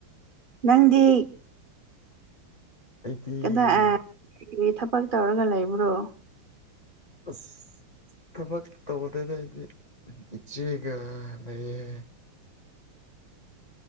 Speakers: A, on the right; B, on the left.
A: ꯅꯪꯗꯤ
B: ꯑꯩ
A: ꯀꯗꯥꯏ ꯊꯕꯛ ꯇꯧꯔꯒ ꯂꯩꯕ꯭ꯔꯣ
B: ꯑꯁ ꯊꯕ ꯇꯧꯕꯗꯗꯗꯤ ꯏꯆꯦꯒ ꯂꯩꯦ